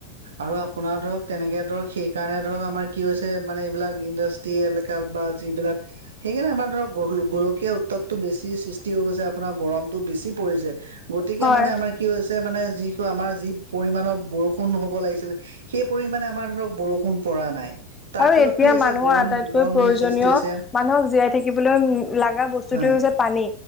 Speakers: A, on the right; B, on the left.
A: আৰু আপোনাৰ ধৰক তেনেকে ধৰক সেইকাৰণে ধৰক আমাৰ কি হৈছে মানে এইবিলাক ইণ্ডাষ্ টি এলেকা বা যিবিলাক সেইকাৰণে আমাৰ ধৰক গ গোলকীয় উত্তাপটো বেছি সৃষ্টি হৈ গৈছে আপোনাৰ গৰমতটো বেছি পৰিছে গতিকে
B: হয়
A: মানে আমাৰ কি হৈছে মানে যি কো আমাৰ যি পৰিমাণৰ বৰষুণ হ'ব লাগিছিল, সেই পৰিমাণে আমাৰ ধৰক বৰষুণ পৰা নাই। তাৰ
B: আৰু
A: ফলত
B: এতিয়া
A: কি হৈছে
B: মানুহৰ
A: গৰম
B: আটাইতকৈ
A: গৰম
B: প্ৰয়োজনীয়,
A: দিন সৃষ্টি হৈছে
B: মানুহক জীয়াই থাকিবলৈ উম লাগা বস্তুটোৱেই
A: হয়
B: হৈছে পানী।